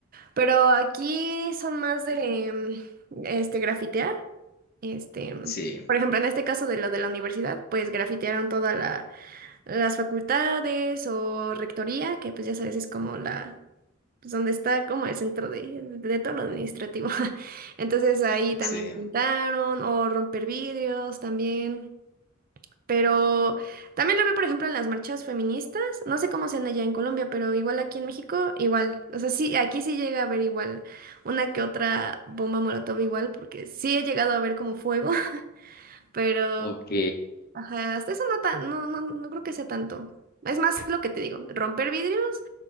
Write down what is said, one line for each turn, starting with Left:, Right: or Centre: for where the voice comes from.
Right: pero aquí son más de em, este grafitear. Este,
Left: Sí,
Right: por ejemplo, en este caso de lo de la universidad, pues grafitearon todas las facultades o rectoría, que pues ya sabes, es como la, pues donde está como el centro de, de todo lo administrativo. <laughs> Entonces ahí también
Left: sí.
Right: pintaron o romper vidrios también. Pero también lo veo, por ejemplo, en las marchas feministas. No sé cómo sean allá en Colombia, pero igual aquí en México, igual. O sea, sí, aquí sí llega a haber igual una que otra bomba molotov igual, porque sí he llegado a ver como fuego. Pero,
Left: Ok,
Right: ajá, hasta eso no, tan, no, no, no creo que sea tanto. Es más lo que te digo, romper vidrios.